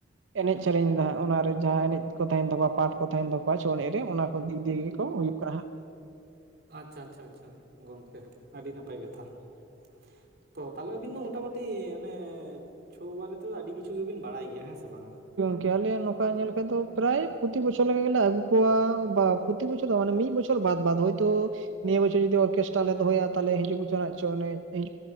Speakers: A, on the right; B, on the right.
A: ᱮᱱᱮᱡ ᱥᱮᱨᱮᱧ ᱮᱫᱟ ᱚᱱᱟᱨᱮ ᱡᱟᱦᱟᱸ ᱮᱱᱮᱡ ᱠᱚ ᱛᱟᱦᱮᱱ ᱛᱟᱠᱚᱣᱟ ᱯᱟᱴ ᱠᱚ ᱛᱟᱦᱮᱱ ᱛᱟᱠᱚᱣᱟ ᱪᱷᱳ ᱮᱱᱮᱡ ᱾ ᱚᱱᱟ ᱠᱚ ᱫᱤᱠ ᱫᱤᱭᱮ ᱜᱮᱠᱚ ᱦᱩᱭᱩᱜ ᱠᱟᱱᱟ ᱦᱟᱸᱜ <unintelligible>
B: ᱟᱪᱪᱷᱟ ᱟᱪᱪᱷᱟ ᱟᱪᱪᱷᱟ ᱜᱚᱝᱠᱮ, ᱟᱹᱰᱤ ᱱᱟᱯᱟᱭ ᱠᱟᱛᱷᱟ ᱾ ᱛᱚ ᱛᱟᱦᱞᱮ ᱟᱹᱵᱤᱱ ᱫᱚ ᱢᱚᱴᱟᱢᱩᱴᱤ ᱚᱱᱮ ᱪᱷᱚ ᱵᱟᱨᱮᱼᱼ ᱛᱚ ᱟᱹᱰᱤ ᱠᱤᱪᱷᱩ ᱜᱮᱵᱤᱱ ᱵᱟᱲᱟᱭ ᱜᱮᱭᱟ ᱦᱮᱸ ᱥᱮ ᱵᱟᱝᱟ ᱾
A: ᱠᱮᱭᱟ ᱞᱮ ᱟᱞᱮ ᱱᱚᱝᱠᱟ ᱧᱮᱞ ᱠᱷᱟᱱ ᱫᱚ ᱯᱨᱟᱭ ᱯᱨᱚᱛᱤ ᱵᱚᱪᱷᱚᱨ ᱞᱮᱠᱟ ᱜᱮᱞᱮ ᱟᱹᱜᱩ ᱠᱚᱣᱟ, ᱵᱟ ᱯᱨᱚᱛᱤ ᱵᱚᱪᱷᱚᱨ ᱫᱚ ᱢᱟᱱᱮ ᱢᱤᱫ ᱵᱚᱪᱷᱚᱨᱼᱼ ᱵᱟᱫ ᱵᱟᱫ ᱦᱚᱭᱛᱚ ᱱᱤᱭᱟᱹ ᱵᱚᱪᱷᱚᱨ ᱡᱚᱫᱤ ᱚᱨᱠᱮᱥᱴᱨᱟ ᱞᱮ ᱫᱚᱦᱚᱭᱟ, ᱛᱟᱦᱚᱞᱮ ᱦᱤᱡᱩᱜ ᱵᱚᱪᱷᱚᱨ ᱪᱷᱳ ᱮᱱᱮᱡ ᱦᱤᱡᱼᱼ